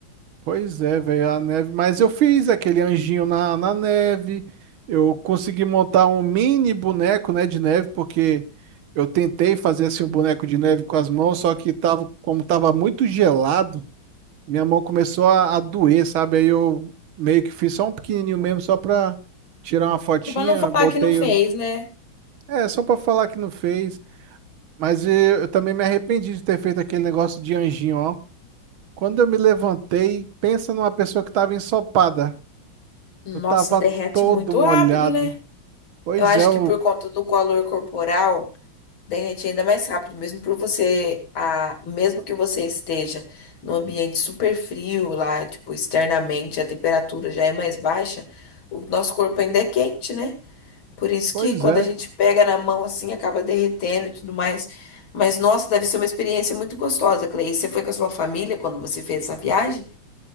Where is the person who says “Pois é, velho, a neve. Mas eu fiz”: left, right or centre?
Right